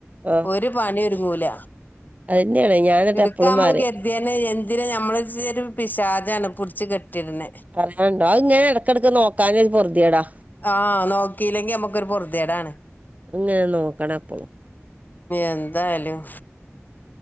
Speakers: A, on the right; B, on the left.
A: ആഹ്
B: ഒര് പണി ഒരുങ്ങൂല
A: അതന്നെയാണ് ഞാൻ എന്നിട്ട്
B: ഇടുക്കാ
A: എപ്പളും
B: ഞമ്മള്
A: പറയും
B: കരി <unintelligible> എന്തിന നമ്മള് ഒരു പിശാചാണ് പിടിച്ചു കെട്ടി ഇട്ണെ
A: പറയാനണ്ടോ അയ് ഇങ്ങനെ ഇടക്കിടയ്ക്ക് നോക്കാന പൊറുതേടാ
B: ആഹ് നോക്കിയില്ലെങ്കി നമ്മക്കൊരു പൊറുതേടാണ്
A: ഇങ്ങനെ നോക്കണം എപ്പളും.
B: എന്താ അയാലും